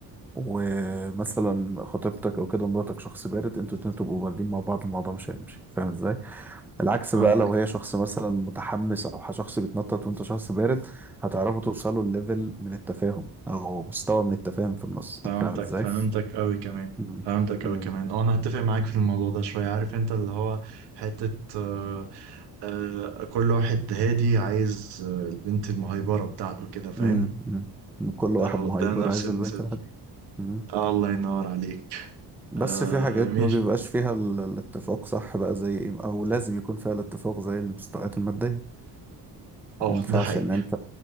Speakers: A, in the centre; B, on the right (about 85°).
A: ومثلا خطيبتك أو كده مراتك شخص بارد أنتوا الاتنين تبقوا باردين مع بعض الموضوع مش هيمشي فاهم إزاي؟ العكس
B: فهمتك
A: بقى لو هي شخص مثلا متحمس او شخص بيتنطط وانت شخص بارد هتعرفوا توصلوا لليفل من التفاهم او مستوى من التفاهم في النص
B: فهمتك
A: فاهم ازاي؟
B: فهمتك قوي كمان
A: مم.
B: فهمتك
A: مم.
B: قوي كمان اه انا هتفق معاك في الموضوع ده شوية عارف انت اللي هو حتة آه، آه، كل واحد هادي عايز آه، البنت المهيبرة بتاعته كده فاهم
A: مم. مم. كل واحد
B: اه
A: مهايبر
B: ده نفس
A: عايز
B: المثال
A: البنت الهادية مم.
B: آه الله ينور عليك
A: بس
B: آه
A: في حاجات
B: ماشي
A: ما بيبقاش فيها ال- الاتفاق صح بقى زي ايه او لازم يكون فيها الاتفاق زي المستويات المادية
B: اه
A: ما ينفعش
B: ده حقيقي
A: ان انت